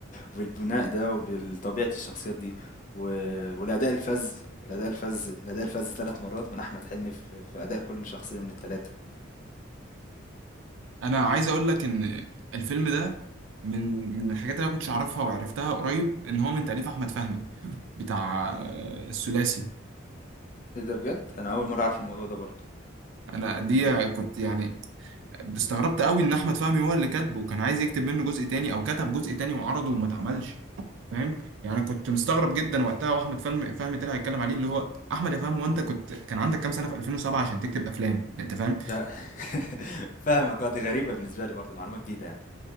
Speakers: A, on the left (about 40°); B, on the right (about 70°).
A: وبالبناء ده وبالطبيعة الشخصيات دي و- والاداء الفذ الاداء الفذ الاداء الفذ ثلاث مرات من احمد حلمي في, في اداء كل شخصية من الثلاثة
B: انا عايز اقول لك ان الفيلم ده من من الحاجات اللي انا كنتش اعرفها وعرفتها قريب ان هو من تأليف احمد فهمي بتاع آه، الثلاثي
A: ايه ده بجد انا اول مرة اعرف الموضوع ده برضو
B: انا دي
A: دي-
B: كنت يعني استغربت قوي ان احمد فهمي هو اللي كاتبه وكان عايز يكتب منه جزء تاني او كتب جزء تاني وعرضه وما اتعملش فاهم يعني كنت مستغرب جدا وقتها واحمد فهمي فهمي طلع يتكلم عليه اللي هو احمد يا فهمي وانت كنت كان عندك كام سنه في 2007 عشان تكتب افلام انت فاهم
A: ده <laughs> فاهمك آه، دي غريبة بالنسبة لي برضو معلومة جديدة يعني